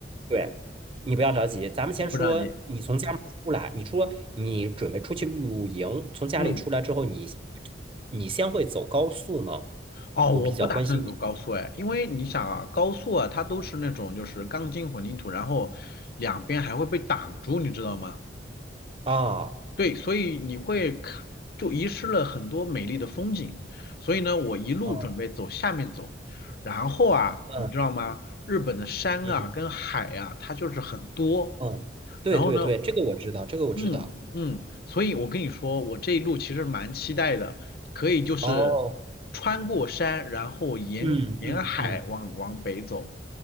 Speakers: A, on the right; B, on the left.
A: 对，你不要着急。咱们先说，
B: 我不着急。
A: 你从家门出来，你说你准备出去露营，从家里出来之后，
B: 嗯。
A: 你你先会走高速吗？
B: 哦，
A: 我比较关心你。
B: 我不打算走高速哎，因为你想啊，高速啊，它都是那种就是钢筋混凝土，然后两边还会被挡住，你知道吗？
A: 啊，
B: 对，所以你会看就遗失了很多美丽的风景。所以呢，我一路准备走下面走，
A: 哦，
B: 然后啊，
A: 嗯
B: 你知道吗？日本的山啊跟海啊，
A: 嗯
B: 它就是很多。
A: 嗯，对对对，
B: 然后呢，
A: 这个我知道，这个我知道。
B: 嗯嗯，所以我跟你说，我这一路其实蛮期待的，可以就是
A: 哦，
B: 穿过山，然后沿沿海往往北走。
A: 嗯嗯嗯。